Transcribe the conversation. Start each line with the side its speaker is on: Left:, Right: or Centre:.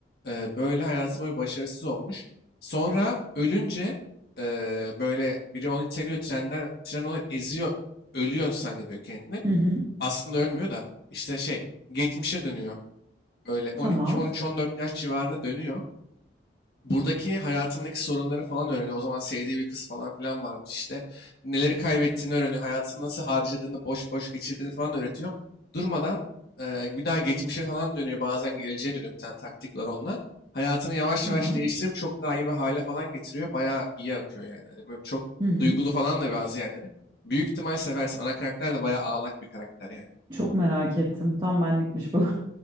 Left: E, böyle hayatı boyu başarısız olmuş. Sonra ölünce e, böyle biri onu iteliyor trenden, tren onu eziyor, ölüyor zannediyor kendini.
Right: Hı hı.
Left: Aslında ölmüyor da işte şey geçmişe dönüyor. Öyle 12,
Right: Tamam.
Left: 13, 14 yaş civarında dönüyor buradaki hayatındaki sorunları falan öğreniyor. O zaman sevdiği bir kız falan filan varmış işte. Neleri kaybettiğini öğreniyor. Hayatını nasıl harcadığını, boş boş geçirdiğini falan öğretiyor. Durmadan e, bir daha geçmişe falan dönüyor. Bazen geleceğe dönüyor bir tane taktik var onunla. Hayatını yavaş
Right: Tamam.
Left: yavaş değiştirip çok daha iyi bir hale falan getiriyor. Bayağı iyi akıyor yani. Hani böyle çok
Right: Hı hı.
Left: duygulu falan da bazı yerleri. Büyük ihtimal seversin. Ana karakter de bayağı ağlak bir karakter yani.
Right: Çok merak ettim. Tam benlikmiş bu.